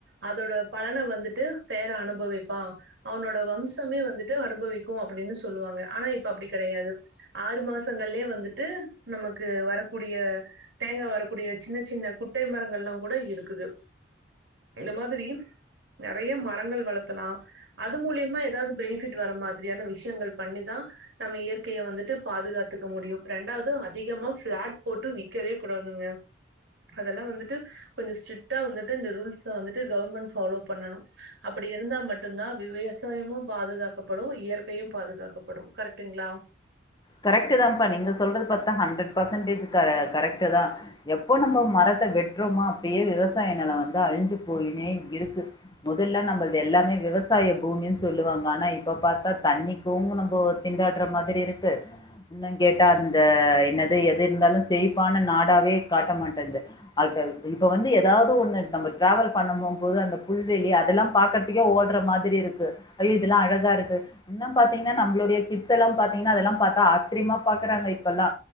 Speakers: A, on the right (about 75°); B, on the left (about 25°).
A: அதோட பலன வந்துட்டு பேர அனுபவிப்பா அவனோட வம்சமே வந்துட்டு அனுபவிக்கு அப்டின்னு சொல்லுவாங்க ஆனா இப்ப அப்டி கெடையாது ஆறு மாசங்கள்லே வந்துட்டு நமக்கு வரக்குடிய தேங்க வரக்குடிய சின்ன சின்ன குட்டை மரங்கல்லா கூட இருக்குது இந்த மாதிரி நெறைய மரங்கள் வளத்தலா அது மூலியமா ஏதாவது பெனிஃபிட் வர மாதிரியான விஷ்யங்கள் பண்ணிதா நம்ம இயற்கைய வந்துட்டு பாதுகாத்துக்க முடியு ரெண்டாது அதிகமா பிளாட் போட்டு விக்கவே குடாதுங்க அதெல்லா வந்துட்டு கொஞ்ச ஸ்ட்ரிட்டா வந்துட்டு இந்த ரூல்ஸ் வந்துட்டு கவர்மெண்ட் ஃபாலோ பண்ணனு அப்டி இருந்தா மட்டுந்தா வி விவசாயமு பாதுகாக்கப்படு இயற்கையு பாதுகாக்கப்படு கரெக்ட்டுங்ளா
B: கரெக்ட் தான்ப்பா நீங்க சொல்றது பாத்தா ஹண்ட்ரட் பர்சன்டேஜ் க கரெக்ட்டு தா எப்போ நம்ம மரத்த வெட்றோமோ அப்டியே விவசாய நில வந்து அழிஞ்சு போயினே இருக்கு மொதல்ல நம்ள்து எல்லாமே விவசாய பூமின்னு சொல்லுவாங்க ஆனா இப்ப பாத்தா தண்ணிக் தூங்க நம்போ திண்டாடுற மாதிரி இருக்கு இன்னுங் கேட்டா அந்த என்னது எது இருந்தாலு செழிப்பான நாடாவே காட்ட மாட்டேன்து அதத் இப்ப வந்து ஏதாவது ஒண்ணு நம்ம டிராவல் பண்ணும் போது அந்த புல்வெளி அதெல்லா பாக்கரத் திக்கே ஓடுற மாதிரி இருக்கு ஐயோ இதெல்லா அழகா இருக்கு இன்னு பாத்தீங்ன்னா நம்மளுடைய கிட்ஸ் எல்லா பாத்தீங்கன்னா அதெல்லா பாத்தா ஆச்சிரியமா பாக்குறாங்க இப்பல்லா